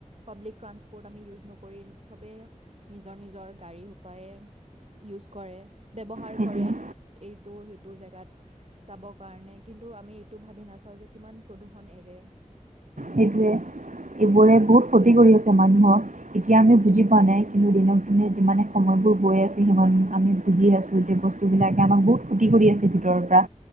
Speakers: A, on the right; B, on the right.
A: পাব্লিক ট্ৰান্সপৰ্ট আমি ইউজ নকৰিম, চবেই নিজৰ নিজৰ গাড়ী সোপায়ে ইউজ কৰে, ব্যৱহাৰ
B: সেইটোৱে
A: কৰে। এইটো, সেইটো জাগাত। যাবৰ কাৰণে কিন্তু, আমি এইটো ভাবি নাচাওঁ যে কিমান প্ৰদূষণ এৰে।
B: সেইটোৱে, এইবোৰে বহুত ক্ষতি কৰি আছে মানুহক। এতিয়া আমি
A: হয়
B: বুজি পোৱা নাই। কিন্তু, দিনক দিনে যিমানে সময়বোৰ গৈ আছে, সিমান আমি বুজি আছোঁ। যে বস্তুবিলাকে আমাক বহুত ক্ষতি কৰি আছে ভিতৰৰ পৰা।